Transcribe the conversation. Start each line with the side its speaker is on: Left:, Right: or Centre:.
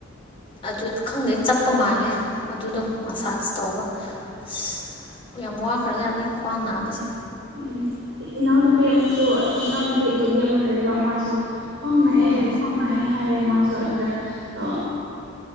Left: ꯑꯗꯨ ꯈꯪꯗꯦ ꯆꯞꯄ ꯃꯥꯜꯂꯦ ꯑꯗꯨꯗꯣ
Right: ꯑꯣ
Left: ꯃꯁꯥꯖ ꯇꯧꯕ ꯑꯁ ꯌꯥꯝ ꯋꯥ ꯈꯔꯖꯥꯠꯅꯤ ꯈ꯭ꯋꯥꯡ ꯅꯥꯕꯁꯦ
Right: ꯎꯝ ꯏꯅꯥꯎꯅꯨꯄꯤ ꯑꯃꯁꯨ ꯏꯅꯥꯎꯅꯨꯄꯤ ꯑꯇꯣꯕꯤ ꯑꯃ ꯂꯩꯑꯦꯕ ꯃꯥꯁꯨ ꯈ꯭ꯋꯥꯡ ꯅꯥꯛꯑꯦ
Left: ꯎꯝ
Right: ꯈ꯭ꯋꯥꯡ ꯅꯥꯛꯑꯦ ꯍꯥꯏꯌꯦ ꯃꯥꯁꯨ ꯑꯗꯨꯗ ꯑ